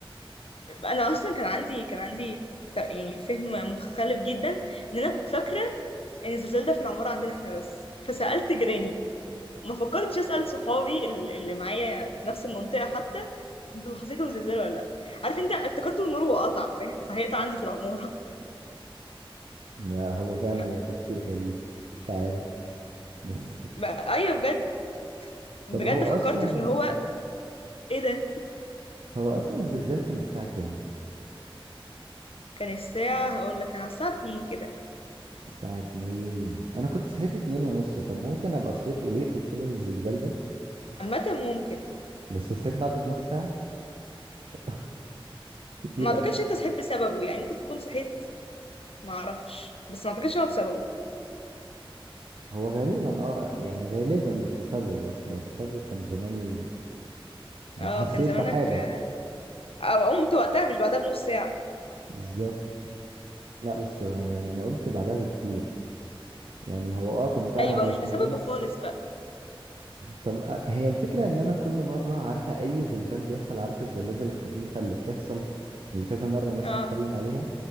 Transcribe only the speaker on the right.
<laughs> لا هو فعلا
يعني تفكير غريب مش عارف بس
طب هو
اصلا
هو اصلا الزلزال كان الساعة كام
الساعة اتنين انا كنت صحيت اتنين ونص طب ممكن ابقى صحيت قلقت بسبب الزلزال ده
بس صحيت بعده بنص ساعة مش <laughs> كتير
قوي
هو غالبا اه يعني غالبا مش بسببه بس لو بسببه كان زماني يعني
حسيت
بحاجة
بالظبط لا بس يعني انا قمت بعدها بكتير يعني هو اه كان فيها
على
اتنين
طب آه، هي الفكرة ان انا كل مرة عارفة اي زلزال بيحصل عارفة الزلازل الخفيفة اللي بتحصل اللي كذا مرة الناس
تتكلم عليها